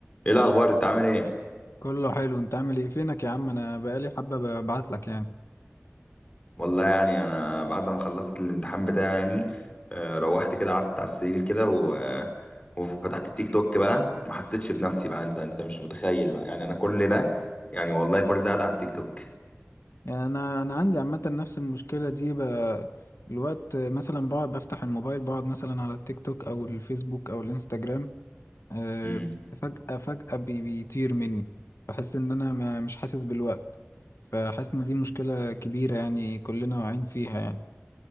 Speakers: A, on the left; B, on the left.
A: ايه الاخبار انت عامل ايه
B: كله حلو انت عامل ايه فينك يا عم انا بقالي حبة ببعت لك يعني
A: والله يعني انا بعد ما خلصت الامتحان بتاعي يعني آه، روحت كده قعدت على السرير كده و... آه، وفتحت التيك توك بقى ما حسيتش بنفسي بقى انت انت مش متخيل بقى يعني انا كل ده يعني والله كل ده قاعد على التيك توك
B: يعني انا انا عندي عامة نفس المشكلة دي ب... الوقت مثلا بقعد بفتح الموبايل بقعد مثلا على التيك توك او الفيسبوك او الانستجرام آه،
A: امم
B: الوقت فجأة فجأة بي- بيطير مني بحس ان انا ما مش حاسس بالوقت فحاسس ان دي مشكلة كبيرة يعني كلنا واعيين فيها يعني